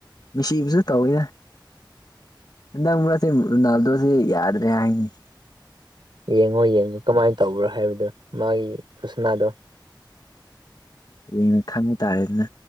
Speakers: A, on the left; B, on the right.
A: ꯃꯦꯁꯤꯕꯨꯁꯨ ꯇꯧꯋꯤꯗ ꯍꯟꯗꯛ ꯃꯔꯛꯁꯤ ꯔꯣꯅꯥꯜ ꯗꯣꯗꯤ ꯌꯥꯗ꯭ꯔꯦ ꯍꯥꯏꯅꯦ
B: ꯌꯦꯡꯉꯣ ꯌꯦꯡꯉꯣ ꯀꯃꯥꯏꯟ ꯇꯧꯕ꯭ꯔꯥ ꯍꯥꯏꯕꯗꯣ ꯃꯥꯒꯤ ꯈꯨꯁꯅꯥꯗꯣ
A: ꯌꯦꯡꯉ ꯈꯪꯡ ꯇꯥꯔꯦꯗꯅ